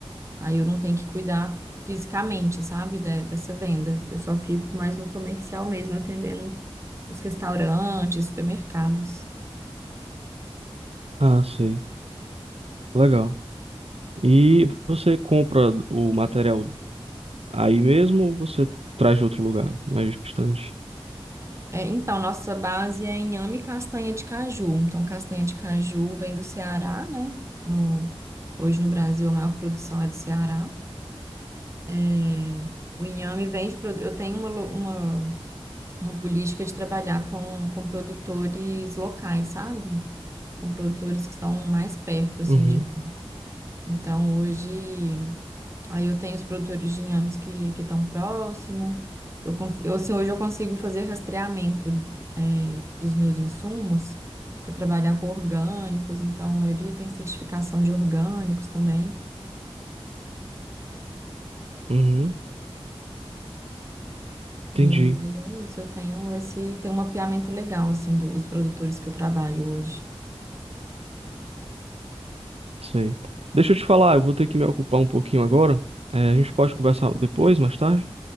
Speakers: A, on the right; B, on the right.
A: Aí eu não tenho que cuidar fisicamente, sabe, de- dessa venda. Eu só fico mais no comercial mesmo, atendendo os restaurantes, supermercados.
B: Ah, sei. Legal. E você compra o material aí mesmo ou você traz de outro lugar, mais distante?
A: É, então, nossa base é inhame e castanha de caju. Então, castanha de caju vem do Ceará, né? No, hoje no Brasil a maior produção é do Ceará. É, o inhame vem de... produ- Eu tenho uma, lo- uma, uma política de trabalhar com, com produtores locais, sabe? Com produtores que estão mais perto, assim,
B: Uhum.
A: de... Então, hoje... Aí eu tenho os produtores de inhames que que estão próximo. Eu, cons- eu, assim, hoje eu consigo fazer rastreamento é, dos meus insumos para trabalhar com orgânicos, então a maioria tem certificação de orgânicos também.
B: Uhum.
A: E
B: Entendi.
A: é isso, eu tenho esse, tenho um mapeamento legal assim do- dos produtores que eu trabalho hoje.
B: Sei. Deixa eu te falar, eu vou ter que me ocupar um pouquinho agora. É, a gente pode conversar depois, mais tarde?